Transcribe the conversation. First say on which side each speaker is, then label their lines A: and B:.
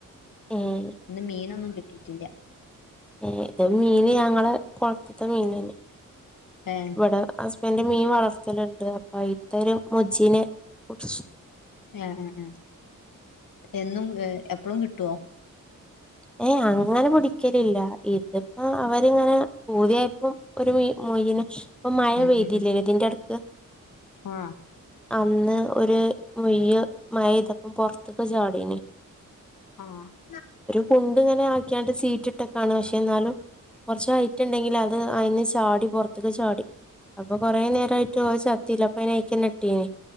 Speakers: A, in the centre; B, on the left.
A: ഏഹ്
B: ഇന്ന് മീനൊന്നും കി ട്ടീട്ടില്ല.
A: ഏ ഇത് മീന് ഞങ്ങള് കൊൾ ത്ത് ത്തത്തെ മീൻനാണ്.
B: ഏ.
A: ഇവ്ടെ ഹസ്ബന്റ് മീൻ വളർത്തല് ണ്ട് അപ്പൊ അയ്ത്തൊരു മൊജീനെ പിട്ച്ചു.
B: ഏ ഏ എന്നും എപ്പളും ക് ട്വോ?
A: ഏ അങ്ങനെ പിടിക്കലില്ല ഇത് അ അവരിങ്ങനെ പൂത്യായപ്പോ ഒരു മീ മൊയ്യ്നെ ഇപ്പം മഴ
B: ഉം
A: പെയ്തിലെ
B: ഉം ഉം
A: ഇതിന്റെട്ക്ക്.
B: ആഹ്.
A: അന്ന് ഒര് മൊയ്യ് മഴ പെയ്തപ്പം പൊർത്ത്ക്ക് ചാടീനി.
B: ആഹ്.
A: കുണ്ട് ഇങ്ങനെ ആക്ക്യാണ്ട് സീറ്റ് ഇട്ടക്കാണ് പക്ഷേ എന്നാലും കൊർച്ച് ഹയ്റ്റ്ണ്ടെങ്കിൽ അത് അയ്ന്ന് ചാടി പൊർത്ത്ക്ക് ചാടി. അപ്പൊ കൊറേ നേരായ്ട്ട് അത് ചത്തില്ല അപ്പ അയ്ന്നെ അ യ്കെന്നെ ഇട്ടീനി